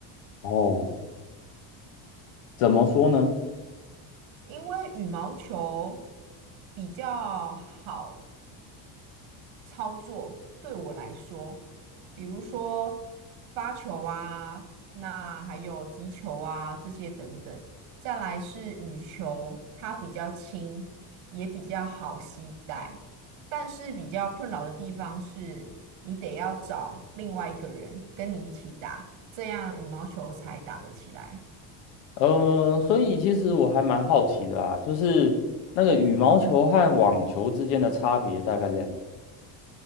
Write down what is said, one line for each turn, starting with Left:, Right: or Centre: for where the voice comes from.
Left: 哦，怎么说呢？
Right: 因为羽毛球比较好操作对我来说，比如说发球啊，那还有击球啊这些等等。再来是羽球，它比较轻，也比较好携带，但是比较困扰的地方是，你得要找另外一个人跟你一起打，这样羽毛球才打得起来。
Left: 呃，所以其实我还蛮好奇的啦，就是那个羽毛球和网球之间的差别大概在哪？